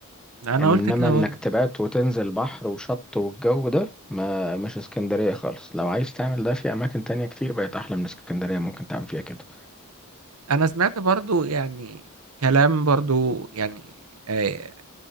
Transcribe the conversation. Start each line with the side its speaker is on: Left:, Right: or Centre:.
Right: أنا
Centre: إنما
Right: قلت كده
Centre: إنك
Right: برضو
Centre: تبات وتنزل بحر وشط والجو ده ما مش اسكندرية خالص لو عايز تعمل ده في أماكن تانية كتير بقت أحلى من اسكندرية ممكن تعمل فيها كده
Right: انا سمعت برضو يعني كلام برضو يعني آه،